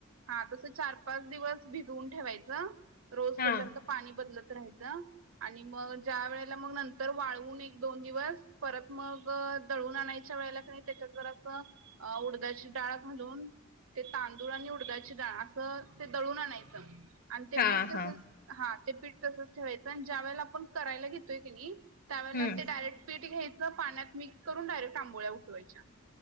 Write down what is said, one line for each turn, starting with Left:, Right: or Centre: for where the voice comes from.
Right: हा तस चार पाच दिवस भिजवून ठेवायच! रोज
Left: हा
Right: त्याच्यातलं पाणी बदलत राहायचं! आणि मग ज्या वेळेला मग नंतर, वाळवून एक दोन दिवस परत मग दळून आणायचं! वेळेला त्याच्यात जर अस उडद्याची डाळ घालून! ते तांदूळ आणि उडदााची डाळ असं ते दळून आणायचं आणि ते
Left: हा
Right: पीठ तसच
Left: हा
Right: हा ते पीठ तसच ठेवायचं! आणि ज्या वेळेला आपण करायला घेतोय की, नयी त्यावेळेला
Left: हम्म
Right: ते डायरेक्ट पीठ घ्यायंच पाण्यात मिक्स करून डायरेक्ट आंबोळ्या उठवायच्या